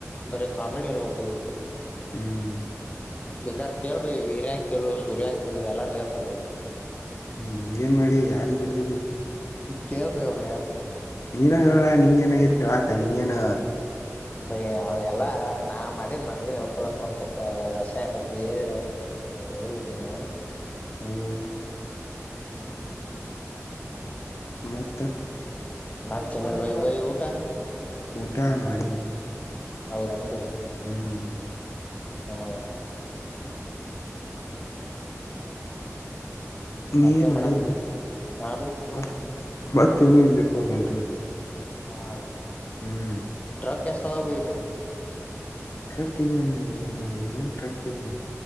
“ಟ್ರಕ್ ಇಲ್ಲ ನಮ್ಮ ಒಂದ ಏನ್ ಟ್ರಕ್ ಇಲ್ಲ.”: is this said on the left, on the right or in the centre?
Left